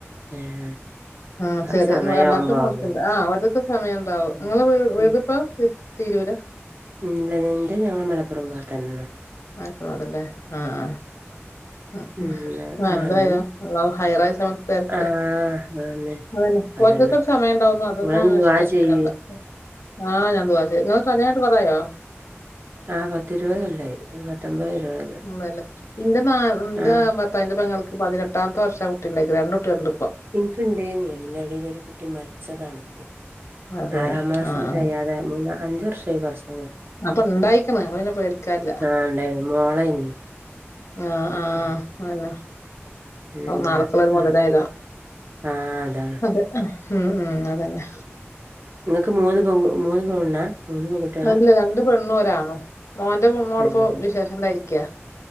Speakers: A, on the right (about 50°); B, on the left (about 75°).
A: ഏഹ്
B: ആഹ
A: അത്
B: ചെറിയ
A: സമയാവുമ്പോ
B: രണ്ടാമത്തെ മോക്ക്ണ്ട്
A: ആവും
B: ആ ഒര്തൊക്കെ സമയം ഉണ്ടാവും
A: ഉം
B: നിങ്ങളെ വീട്
A: ഉം
B: പ്പം തിരൂരാ
A: ഇല്ല ഇന്റെ ഞങ്ങൾ മലപ്പുറം ഭാഗത്തെന്നെ
B: മലപ്പുറം അതല്ലേ ആഹ. ഉ
A: പിന്നെ
B: ഉ എന്തായ്
A: അങ്ങനെ
B: അള്ളാഹു ഹൈറായ സമയത്ത് തരട്ടെ,
A: ആഹ് അതന്നെ
B: അതെന്നെ. കുറച്ച്
A: അതന്നെ
B: സമയം ഉണ്ടാവുന്നു അതൊന്നും
A: ഇങ്ങള് ദുആ
B: വിഷമിക്കണ്ട
A: ചെയ്യ്
B: ആ ഞാൻ ദുആ ചെയ്യാ നിങ്ങൾ കല്യാണം കഴിഞ്ഞിട്ട് കുറേ ആയോ
A: ആ പത്തിരുപത് കൊല്ലായി പത്തൊമ്പത് ഇരുപത് കൊല്ലായി
B: ഉല്ലെ എന്റെ നാ എന്റെ
A: ആഹ്
B: ഭർത്താവിന്റെ പെങ്ങൾക്ക് പതിനെട്ടാമത്തെ വർഷം കുട്ടി ഉണ്ടായിക്ക്ണത് രണ്ടൂകുട്ട്യാൾ ഇണ്ട്
A: ഇൻക്ക് ഇണ്ടേനി അതിന്റെടേൽ ഒരു കുട്ടി മരിച്ചതാണ്
B: അതെ
A: ആറാം മാസത്തിൽ
B: ആഹ്
A: തെയാതെ മൂന്ന് അഞ്ച വർഷമായി കുറ
B: അപ്പൊ ഇണ്ടായിക്കണ അപ്പൊ പിന്നെ പേടിക്കാല്ല
A: ആഹ് ഇണ്ടായിന് മോളേനി
B: ആഹ ആഹ
A: ഉം
B: അല്ല
A: പിന്നെന്താ
B: നാളക്ക്ള്ള ഒരു മുതലായല്ലോ
A: ആഹ് ആഹ് അതാണ്
B: അതെ ഉം ഉം അതന്നെ
A: ഇങ്ങക്ക് മൂന്ന് പെൺകു മൂന്ന് പെണ്ണാ? മൂന്ന് പെൺകുട്ടികളാ
B: അല്ല രണ്ട് പെണ്ണും ഒരാണും മോന്റെ മോള
A: രണ്ട്
B: ഇപ്പം വിശേഷംണ്ടായിരിക്കയാ